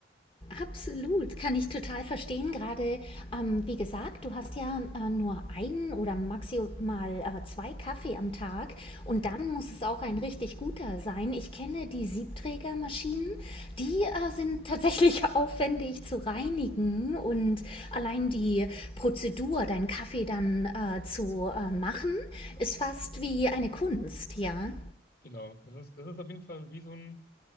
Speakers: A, on the left; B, on the left.
A: Absolut, kann ich total verstehen. Gerade, ähm, wie gesagt, du hast ja äh, nur einen oder maximal äh, zwei Kaffee am Tag und
B: Genau.
A: dann muss es auch ein richtig guter sein. Ich kenne die Siebträgermaschinen, die äh, sind tatsächlich <laughs> aufwendig zu reinigen und allein die Prozedur, deinen Kaffee dann äh, zu äh, machen, ist fast wie eine Kunst, ja?
B: Genau. Es ist, es ist auf jeden Fall wie so ein,